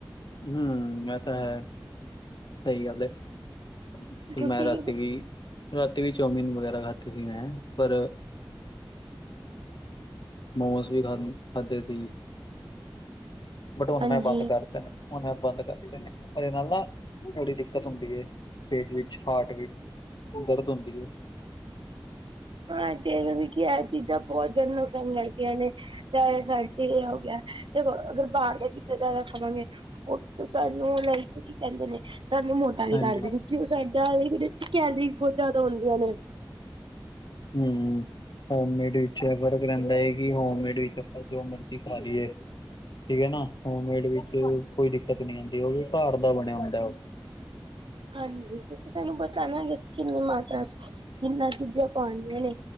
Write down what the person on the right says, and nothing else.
ਕਿਉਂਕਿ
ਹਾਂਜੀ।
ਹਾਂ, ਜਿਵੇ ਵੀ ਕਿ ਆ ਚੀਜਾਂ ਬੋਤ ਜਾਦਾ ਨੁਕਸਾਨ ਕਰਦੀਆਂ ਨੇ। ਚਾਏ ਰਿਜਲਟ ਤੇ ਏਹ ਹੋ ਗਿਆ ਦੇਖੋ ਅਗਰ ਬਾਹਰ ਦੀਆਂ ਚੀਜਾਂ ਜਿਆਦਾ ਖਾਵਾਂਗੇ ਉਹਤੋ ਸਾਨੂੰ ਲਾਇਕ ਕੀ ਕਹਿੰਦੇ ਨੇ ਸਾਨੂੰ ਮੋਟਾ ਵੀ
ਕਰਦੇ ਨੇ ਕਿਉਂ ਸਾਡਾ ਉਹਦੇ ਵਿੱਚ ਕੈਲਰੀਜ਼ ਬਹੁਤ ਜਿਆਦਾ ਹੁੰਦੀਆਂ ਨੇ
ਹਾਂਜੀ, ਕਿਉਂਕਿ ਸਾਨੂੰ ਪਤੈ ਨਾ ਕਿੰਨੀ ਮਾਤਰਾ ਚ ਕਿੰਨਾ ਚੀਜਾਂ ਪਾਣੀਆਂ ਨੇ